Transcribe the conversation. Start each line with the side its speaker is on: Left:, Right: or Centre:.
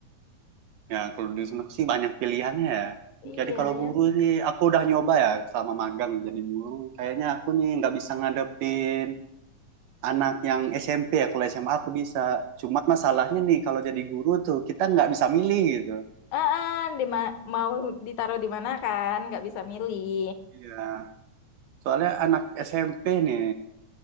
Right: Ya kalau di sana sih banyak pilihannya ya.
Left: Iya,
Right: Jadi kalau
Left: ya.
Right: guru sih, aku udah nyoba ya selama magang jadi guru. Kayaknya aku nih nggak bisa ngadepin anak yang SMP ya kalau SMA aku bisa cuma masalahnya nih kalau jadi guru tuh kita nggak bisa milih gitu
Left: Ah, ah, di ma- mau ditaruh di mana kan? Nggak bisa milih.
Right: Iya. soalnya anak SMP nih